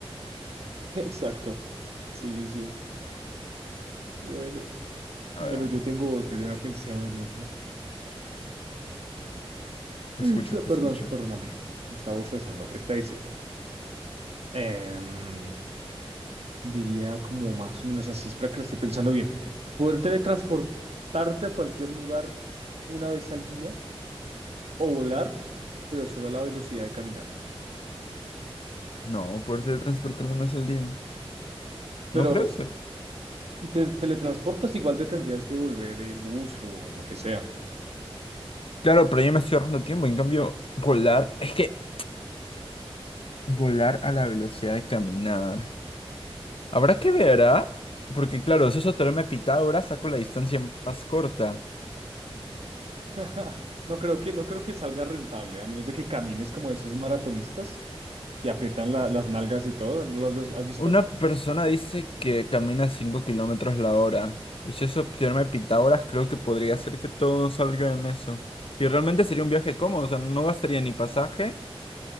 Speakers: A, on the right; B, on the left.
A: <laughs> Exacto. Sí, sí, sí. Bueno,
B: A
A: bueno,
B: ver, a ver.
A: yo tengo otra, yo había pensado en otra.
B: Te
A: Este,
B: escucho, te
A: Perdón,
B: escucho.
A: perdóname, estaba bostezando. Esta dice, em, diría como más o menos así, espera que la estoy pensando bien. Poder teletransportarte a cualquier lugar una vez al día o volar, pero solo a la velocidad de caminar.
B: No, poder teletransportarme una vez al día.
A: Pero
B: ¿No crees?
A: es- si te teletransportas, igual te tendrías que volver en bus o en lo que sea.
B: Claro, pero yo me estoy ahorrando tiempo. En cambio, volar, es que volar a la velocidad de caminar. Habrá que ver, ¿ah? Porque claro, si eso teorema de Pitágoras, saco la distancia más corta.
A: <laughs> No creo que, no creo que salga rentable, a menos de que camines como esos maratonistas que aprietan la- las nalgas y todo. ¿No lo has, has visto?
B: Una persona dice que camina 5 kilómetros la hora. Y si eso teorema de Pitágoras, creo que podría ser que todo salga en eso. Y realmente sería un viaje cómodo, o sea, no gastaría ni pasaje,